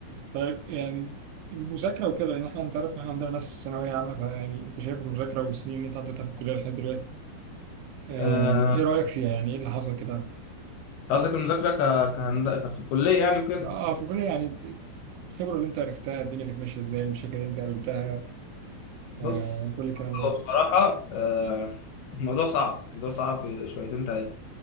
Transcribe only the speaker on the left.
آه،
قصدك المذاكره ك... كهند... ك- في الكليه يعني كده
بص
بص
هو بصراحه آه، الموضوع صعب الموضوع صعب شويتين ثلاثه